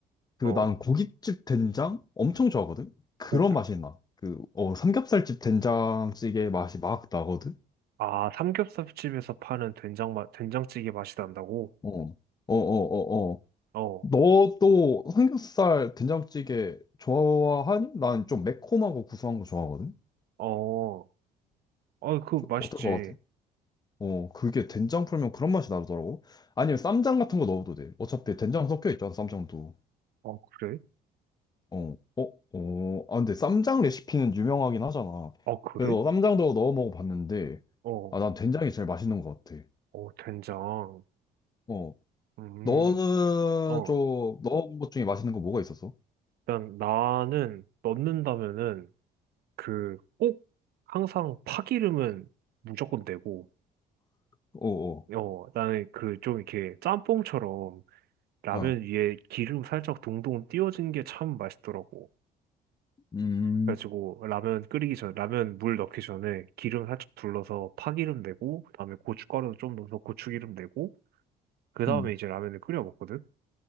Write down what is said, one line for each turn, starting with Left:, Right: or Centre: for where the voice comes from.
Left: 그
Right: 어.
Left: 난 고깃집 된장? 엄청 좋아하거든? 그런
Right: 고,
Left: 맛이 나. 그, 어, 삼겹살집 된장찌개 맛이 막 나거든?
Right: 아, 삼겹살집에서 파는 된장 맛, 된장찌개 맛이 난다고?
Left: 어, 어, 어, 어, 어.
Right: 어,
Left: 너 또 삼겹살 된장찌개 좋아하니? 난 좀 매콤하고 구수한 거 좋아하거든?
Right: 어. 아, 그거
Left: 좀
Right: 맛있지.
Left: 어떨 것 같아? 어, 그게 된장 풀면 그런 맛이 나더라고. 아니면 쌈장 같은 거 넣어도 돼. 어차피 된장 섞여 있잖아, 쌈장도.
Right: 어, 그래?
Left: 어, 어, 어. 아, 근데 쌈장 레시피는 유명하긴 하잖아.
Right: 어, 그래?
Left: 그래서 쌈장도 넣어 먹어봤는데,
Right: 어,
Left: 아, 난 된장이 제일 맛있는 것 같아.
Right: 어, 된장.
Left: 어.
Right: 음,
Left: 너는
Right: 어.
Left: 좀 넣어본 것 중에 맛있는 거 뭐가 있었어?
Right: 일단 나는 넣는다면은 그 꼭 항상 파기름은 무조건 내고,
Left: 어, 어.
Right: 어, 나는 그 좀 이렇게 짬뽕처럼 라면
Left: 아.
Right: 위에 기름 살짝 동동 띄워진 게 참 맛있더라고.
Left: 음,
Right: 그래가지고 라면 끓이기 전, 라면 물 넣기 전에 기름 살짝 둘러서 파기름 내고, 그다음에 고춧가루 좀 넣어서 고추기름 내고, 그 다음에
Left: 음,
Right: 이제 라면을 끓여 먹거든.